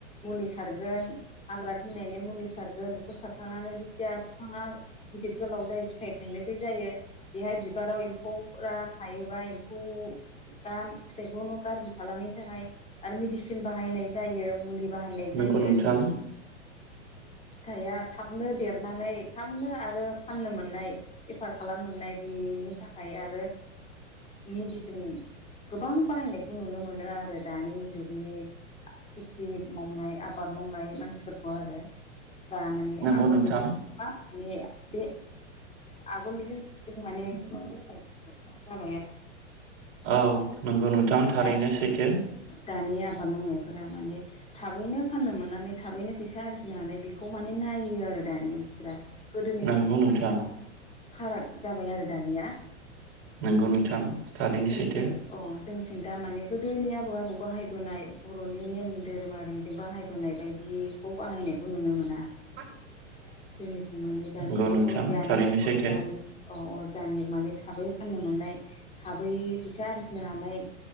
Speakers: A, on the left (about 20°); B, on the right (about 55°).
A: मुलि सारगोन। हाग्रा थैनायनि मुलि सारगोन बेखौ सारखांनानै जेथिया बिफाङा गिदिर गोलाव जायो फिथाइ थायनोसै जायो बेहाय बिबाराव एमफौ फौफोरा थायोबा एम्फौ दा फिथाइखौ गाज्रि खालामैनि थाखाय आरो मेडिसिन बाहायनाय जायो मुलि बाहायनाय
B: नंगौ
A: जायो।
B: नोंथां
A: फिथाइया थाबनो देरनानै थाबनो आरो फाननो मोननाय बेफार खालाम मोननाय बेनि थाखाय आरो मेडिसिन गोबां बाहायनायखौ नुनो मोनो आरो दानि जुगनि खेथि मावनाय आबाद मावनाय मानसिफोरखौ आरो दा माने
B: नंगौ
A: आगोलनिजों
B: नोंथां
A: मा। माने बे आगोलनि जों माने गोबां जाबाय आरो
B: औ नंगौ नोंथां
A: आरो
B: थारैनो सैथो
A: दानि आबाद मावनायफोरा माने थाबैनो फाननो मोननानै थाबैनो फैसा आरजिनो हानाय बेखौ माने नायो आरो दानि मानसिफ्रा। गोदोनिजों
B: नंगौ नोंथां
A: फाराग जाबाय आरो दानिया
B: नंगौ नोंथां थारैनो
A: जोंथिं
B: सैथो
A: औ जों दा माने गोदोनि आबौ आबौ बाहायबोनाय बर'नि नेम दोरोङारिजों बाहायबोनाय बायदि खौ बाहायनायखौ नुनो मोना।
B: <inaudible>
A: जोंनिथिं माने दानि
B: नंगौ
A: बे
B: नोंथां
A: अर्गेयानिक
B: थारैनो सैथो
A: अरगानिक अ अ दाने माने थाबै फाननो मोननाय थाबै फैसा आरजिनो हानाय